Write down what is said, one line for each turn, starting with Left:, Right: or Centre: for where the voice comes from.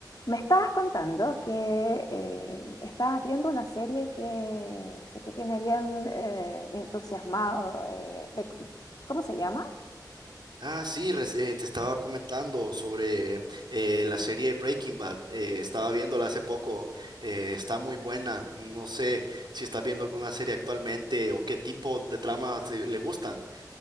Left: Me estabas contando que eh, estabas viendo una serie que, que te tiene bien eh, entusiasmado. eh, de- ¿cómo se llama?
Right: Ah, sí, res- eh, te estaba comentando sobre eh, la serie Breaking Bad. Eh, estaba viéndola hace poco. eh, está muy buena. No sé si estás viendo alguna serie actualmente o qué tipo de tramas eh, le gustan.